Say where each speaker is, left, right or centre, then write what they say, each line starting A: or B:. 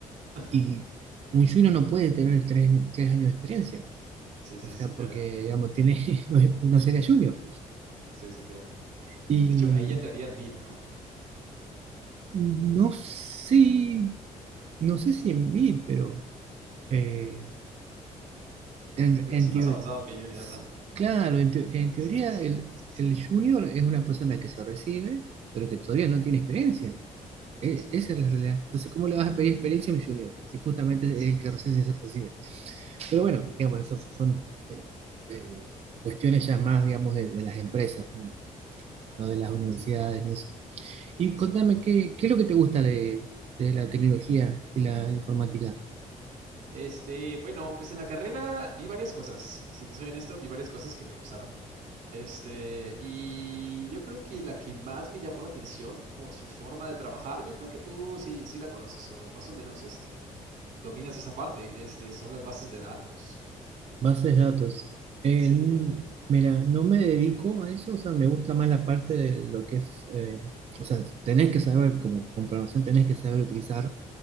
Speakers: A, on the right; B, on the right.
A: <laughs>
B: y un junior no puede tener tres, tres años de experiencia,
A: sí, sí,
B: o sea,
A: sí, claro,
B: porque digamos, tiene, <laughs> no, es- no sería junior.
A: sí, sí, claro.
B: Y
A: De hecho, ahí ya entraría en Mid, ¿no?
B: no sé, no sé si en mí, pero... eh, En,
A: Pero
B: en
A: sí
B: teo-
A: más avanzado que Junior, ¿no?
B: claro, en, teo- en teoría
A: Sí, sí,
B: el,
A: la verdad es que sí,
B: el junior es una persona que se recibe, pero que todavía no tiene experiencia. E-
A: sí, claro,
B: esa es la realidad. Entonces, ¿cómo le vas a pedir experiencia a un junior? Si justamente es
A: sí,
B: el
A: sí,
B: que
A: sí,
B: recién se recibe. Pero bueno, digamos, esas son eh, eh, cuestiones ya más, digamos, de, de las empresas, ¿no? No de las universidades
A: sí, claro,
B: ni eso. Y
A: sí,
B: contame,
A: claro.
B: ¿qué, qué es lo que te gusta de, de la tecnología y la informática?
A: Este, bueno, pues en la carrera vi varias cosas, si te soy honesto, vi varias cosas que me gustaron. Este, y yo creo que la que más me llamó la atención por su forma de trabajar, yo creo que tú sí, sí la conoces o más o menos este, dominas esa parte, este, son las bases de datos.
B: Bases de datos. En-
A: Sí,
B: mira, no me dedico a eso, o sea, me gusta más la parte de lo que es, eh, o sea, tenés que saber, como comprobación, tenés que saber utilizar